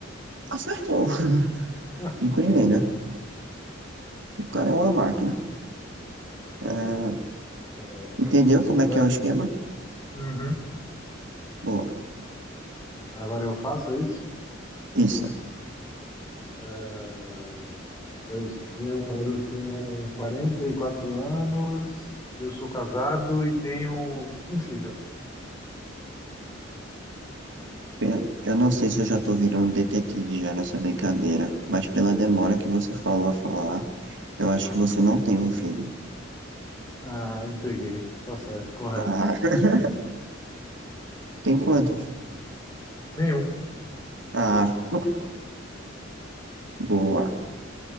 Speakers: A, on the right; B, on the left.
A: Acertou. <laughs>
B: <laughs>
A: Em primeira, o cara é uma máquina. É,
B: Certo.
A: entendeu como
B: Agora,
A: é que é o esquema?
B: uhum.
A: Boa.
B: Agora eu faço é isso?
A: Isso.
B: Eh, eu tenho, eu tenho 44 anos, eu sou casado e tenho um filho.
A: Pelo- Eu não sei se eu já tô virando detetive já nessa brincadeira, mas pela demora que você falou a falar, eu acho que você não tem um filho.
B: Ah, entreguei. Tá certo, correto.
A: Ah, <laughs> tem quantos?
B: Nenhum.
A: Ah, <laughs> boa.